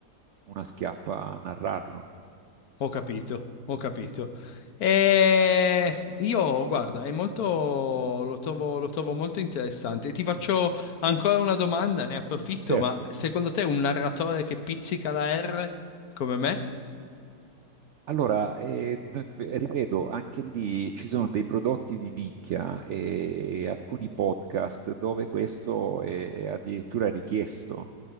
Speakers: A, on the right (about 75°); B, on the left (about 70°).
A: una schiappa a narrarlo.
B: Ho capito, ho capito. E io, guarda, è molto, lo trovo, lo trovo molto interessante. Ti faccio ancora una domanda, ne approfitto,
A: Certo,
B: ma secondo te un narratore che pizzica la R come me?
A: Allora, eh, d- eh, ripeto, anche lì ci sono dei prodotti di nicchia e e alcuni podcast dove questo è addirittura richiesto